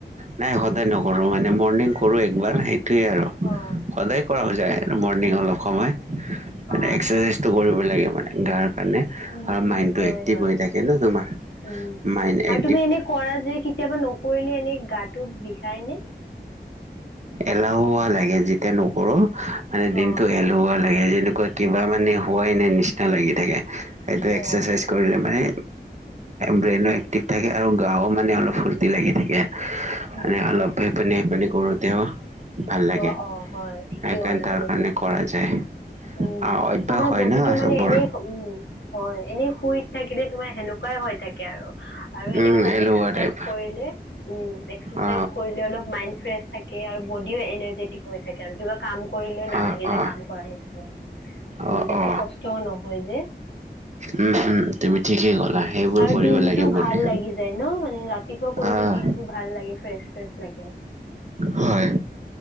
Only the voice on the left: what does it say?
অঁ
অঁ
অ
আচ্ছা
উম উম
হয়
হয়
উম
আৰু
তুমি এনে কৰা যে কেতিয়াবা নকৰিলে এনে গাটো বিষাই নে?
অ অ
অ
উম
উম
উম
অ অ
হয় ঠিকেই ক'লা
এনেকুৱা
উম,
আমাৰ
বডিটো
মানে
এনে উম, হয়, এনেই শুই থাকিলে তোমাৰ সেনেকুৱা হয়, হয় তাক আৰু এনে
অলপ
এক্সাৰচাইজ
কৰিলে উম, এক্সাৰচাইজ
কৰিলে অলপ মাইণ্ড ফ্ৰেছ থাক আৰু বডিও এনাৰ্জেটিক হৈ থাকে আৰু কিবা কাম কৰিলেও নালাগে
যে কাম কৰা নিচিনা। উম,
বেছি
কষ্টও নহয় যে।
উম,
আৰু
দিনটো
ভাল লাগি যায় ন মানে ৰাত ৰাতিপুৱা কৰিলে
দিনটো ভাল লাগে ফ্ৰেছ ফ্ৰেছ লাগে।